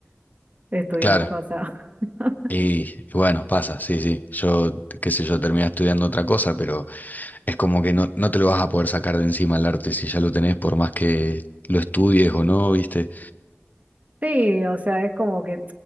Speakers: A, on the right; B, on the left.
A: estudia
B: Claro,
A: otra cosa. <laughs>
B: Y bueno, pasa, sí, sí. Yo, qué sé yo, terminé estudiando otra cosa, pero es como que no, no te lo vas a poder sacar de encima el arte si ya lo tenés, por más que lo estudies o no, ¿viste?
A: Sí, o sea, es como que